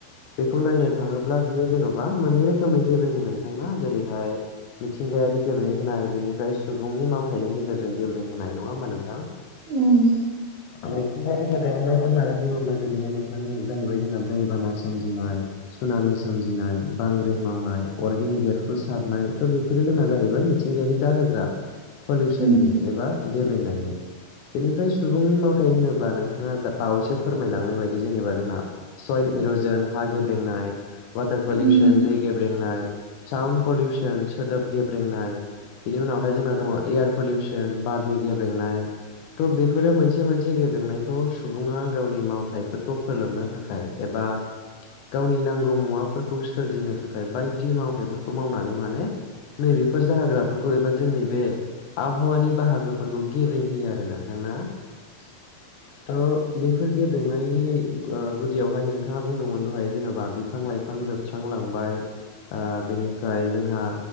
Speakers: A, on the left; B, on the right.
A: बेखौ नायनो थाङोब्ला बियो जेन'बा मोननै रोखोमै गेब्रेङो नोंथां जेरैहाय मिथिंगायारि गेब्रें होनाय बेनिफ्राय सुबुंनि मावथायाइनि गेजेरजों गेबेें होनाय नङा होमा नोंथां।
B: उम।
A: आं मिथिंगायारि गेब्रेंहोनायबो होननानै बुङोब्ला जेरैहाय नोंथां जाहैबाय जोंना दैबाना सोमजिनाय सुनामि सोमजिनाय बांग्रिं मावनाय अर गें बेरफ्रुसारनाय त' बेफोरो जोंना जाहैबाय मिथिंगायारि जाहोग्रा। पलिउसननि
B: उम
A: एबा गेब्रेंनायनि बेनिफ्राय सुबुंनि मावथाय होनोब्ला नोंथाङा बावैसो फोरमायलांनाय बायदि जेनेबा जोंना सयिल एर'जन हा गेब्रेंनाय वाटार पलिउसन
B: उम
A: दै गेब्रेंनाय साउन्ड पलिउसन सोदोब गेब्रेंनाय बिनि उनावहाय जोंना दङ एयार पलिउसन बारनि गेब्रेंनाय त' बेफोरो मोनसे मोनसे गेब्रेंनायखौ सुबुङा गावनि मावथाइफोरखौ फोलोमनो थाखाय एबा! गावनि नांगौ मुवाफोरखौ सोरजिनो थाखाय बायदि माव थायफोरखौ मावनानै माने नैबेफोर जाहोग्राफोरखौ एबा जोंनि बे आबहावानि बाहागोफोरखौ गेब्रें होयो आरो नोंथां ना।
B: <unintelligible>
A: त बेफोर गेब्रेंनायनि गुदियावहाय नोंथाङा बुंदोंमोन दहाय जेनेबा बिफां लाइफां जोबस्रांलांबाय ओ। बेनिफ्राय जोंहा